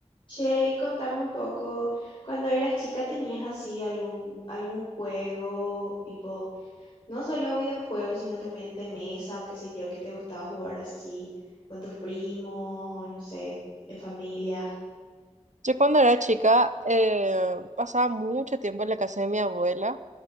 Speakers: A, on the left (about 45°); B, on the right (about 80°).
A: Che, y contame un poco, cuando eras chica tenías así algún algún juego, tipo, no solo videojuegos, sino también de mesa o qué sé yo, que te gustaba jugar así con tus primos o no sé, en familia.
B: Yo cuando era chica eh, pasaba mucho tiempo en la casa de mi abuela